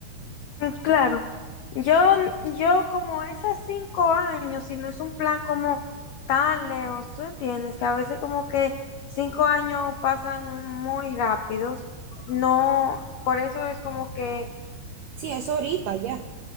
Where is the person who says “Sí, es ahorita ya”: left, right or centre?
Right